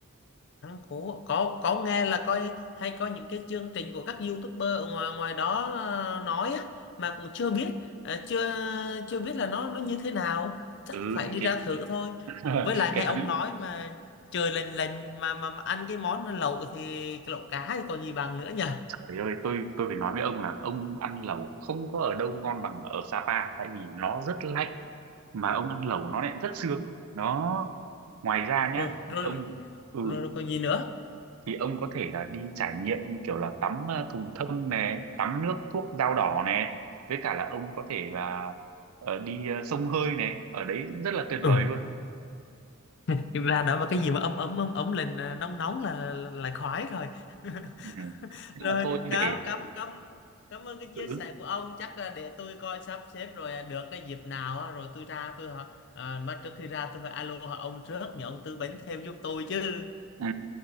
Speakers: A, on the left; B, on the right.
A: ăn Cú có có nghe là coi hay coi những cái chương trình của các YouTuber ở ngoài ngoài đó ờ, nói á mà cũng chưa biết ờ, chưa chưa biết là nó nó như thế nào chắc
B: ừ
A: phải
B: thì
A: đi
B: cái
A: ra thử thôi
B: <laughs>
A: với lại
B: cái
A: nghe ông
B: thắng
A: nói mà trời lành lành mà, mà mà ăn cái món lẩu thì cái lẩu cá thì còn gì bằng nữa nhỉ
B: Trời ơi, tôi tôi phải nói với ông là ông ăn lẩu không có ở đâu ngon bằng ở Sapa tại vì nó rất lạnh mà ông ăn lẩu nó lại rất sướng. Đó. Ngoài ra
A: rồi
B: nhá,
A: rồi
B: ông ừ
A: rồi, rồi còn gì nữa
B: thì ông có thể là đi trải nghiệm như kiểu là tắm ờ, thùng thông này, tắm nước thuốc dao đỏ này, với cả là ông có thể là ờ, đi ờ, sông hơi này, ở đấy rất là tuyệt
A: ừ
B: vời luôn.
A: <laughs> ra đó mà cái gì mà ấm ấm ấm ấm lên ờ, nóng nóng là, là, là khoái rồi <laughs>
B: Ừ. Nhưng
A: Rồi,
B: mà thôi
A: cảm
B: để
A: cảm cảm cảm ơn cái
B: ừ.
A: chia sẻ của ông. Chắc là để tôi coi sắp xếp rồi à, được cái dịp nào á, rồi tôi ra tôi hỏi à, mà trước khi ra tôi phải alo hỏi ông trước nhờ ông tư vấn thêm giúp tôi chứ.
B: Ừ.